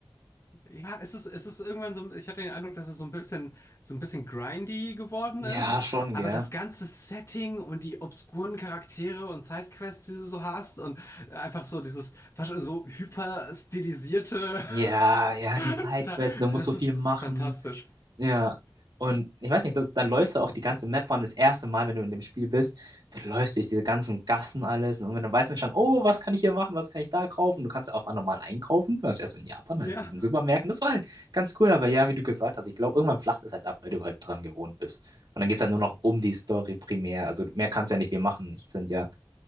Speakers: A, on the left (about 45°); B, on the right (about 75°).
A: Ja, es ist, es ist irgendwann so, ich hatte den Eindruck, dass es so ein bisschen, so ein bisschen grindy geworden
B: Ja,
A: ist.
B: schon,
A: Aber
B: gell.
A: das ganze Setting und die obskuren Charaktere und Sidequests, die du so hast und einfach so dieses, was- so hyperstilisierte,
B: Ja, ja,
A: <laughs>
B: die Sidequests,
A: total,
B: du musst
A: das
B: so viel
A: ist,
B: machen.
A: das ist fantastisch.
B: Ja. Und ich weiß nicht, das, dann läufst du auch die ganze Map, vor allem das erste Mal, wenn du in dem Spiel bist, du läufst durch diese ganzen Gassen alles und dann weißt du schon, oh, was kann ich hier machen, was kann ich da kaufen? Du kannst auch normal einkaufen, du warst erst in Japan
A: Ja.
B: halt in diesen Supermärkten, das war halt ganz cool, aber ja, wie du gesagt hast, ich glaube, irgendwann flacht es halt ab, weil du halt dran gewohnt bist. Und dann geht es halt nur noch um die Story primär, also mehr kannst du ja nicht viel machen, es sind ja